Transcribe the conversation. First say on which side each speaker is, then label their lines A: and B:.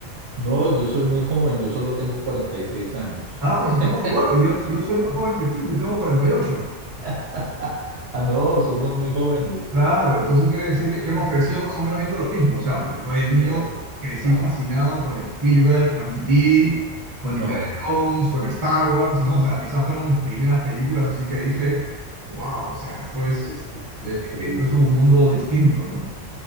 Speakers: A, on the right; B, on the right.
A: No, yo soy muy joven, yo solo tengo 46 años.
B: Ah, pues estamos
A: <laughs>
B: igual. Yo, yo soy más joven que tú, yo tengo 48.
A: <laughs> Ah, no, somos muy jóvenes.
B: Claro, entonces quiere decir que, que hemos crecido más o menos viendo lo mismo. O sea, pero yo de niño
A: Eh,
B: crecí
A: Ah,
B: fascinado con Spielberg, con E.T., con
A: no,
B: Indiana Jones, con Star Wars, ¿no? O sea, esas fueron mis primeras películas, así que dije, wow, o sea, esto es,
A: es, es increíble,
B: eh, eh, esto es un mundo distinto, ¿no?